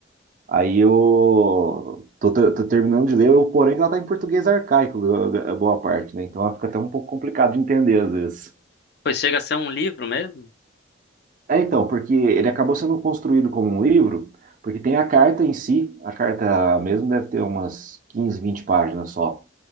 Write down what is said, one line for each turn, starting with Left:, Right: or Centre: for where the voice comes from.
Right: Aí eu tô, te- tô terminando de ler, eu, porém ela tá em português arcaico, a boa parte, né? Então ela fica até um pouco complicado de entender às vezes.
Left: Pois chega a ser um livro mesmo?
Right: É, então, porque ele acabou sendo construído como um livro, porque tem a carta em si, a carta mesmo deve ter umas 15, 20 páginas só.